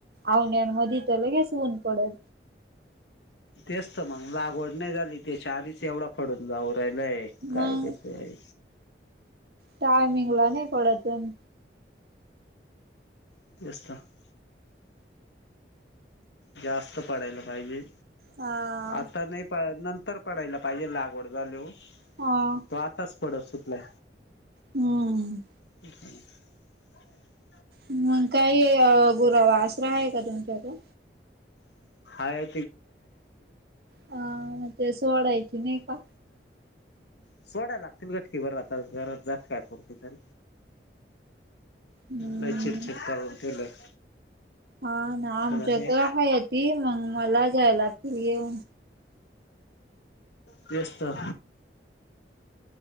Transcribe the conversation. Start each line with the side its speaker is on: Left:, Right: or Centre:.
Right: आवण्यांमध्ये तर लगेच ऊन पडल.
Left: तेच तर मग लागवड नाही झाली त्याच्या आधीच, एवढा पडून जाऊ राहिलय काय
Right: मग
Left: त्याच्या आय
Right: टायमिंगला नाही पडत हाय.
Left: <unintelligible> जास्त पडायला पाहिजे
Right: हा
Left: आता नाही पाय नंतर पडायला पाहिजे लागवड झाल्यावं.
Right: आ!
Left: तो आताच पडत सुटलाय.
Right: हम्म!
Left: <unintelligible>
Right: मग काही गुरं वासरा आहे का? तुमच्याकडं?
Left: <unintelligible> काय
Right: अ मग ते सोडायची नाही का?
Left: सोडाय लागती की बर आता जरात जात काय पुरते तर
Right: हम्म
Left: लई चीड चीड करुन ठेवलं.
Right: हा ना आमच्याक
Left: तर हे
Right: हयती मं गं मला जाय लागतील घेऊन.
Left: तेच तर